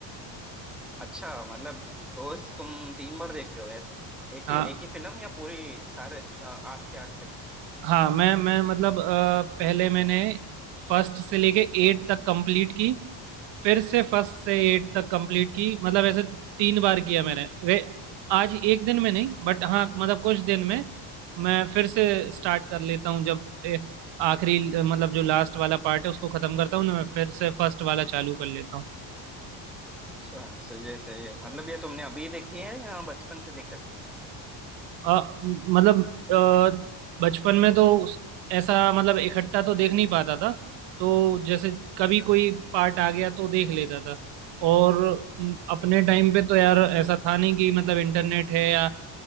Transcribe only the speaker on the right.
हाँ
हाँ मैं मैं मतलब अ, पहले मैंने फर्स्ट से लेके एट तक कंप्लीट की फिर से फर्स्ट से एट तक कंप्लीट की मतलब ऐसे तीन बार किया मैंने रे, आज एक दिन में नहीं बट हाँ मतलब कुछ दिन में मैं फिर से स्टार्ट कर लेता हूँ जब ए, आखिरी अ, मतलब जो लास्ट वाला पार्ट है उसको खत्म करता हूँ ना मैं फिर से फर्स्ट वाला चालू कर लेता हूँ
अ, मतलब अ, बचपन में तो उस- ऐसा मतलब इकट्ठा तो देख नहीं पाता था तो जैसे कभी कोई पार्ट आ गया तो देख लेता था और म, अपने टाइम पे तो यार ऐसा था नहीं कि मतलब इंटरनेट है या अ,